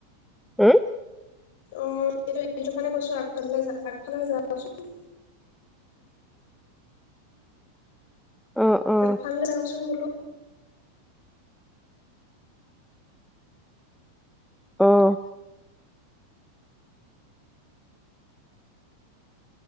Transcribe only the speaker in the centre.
হম।
অ অ
অ'।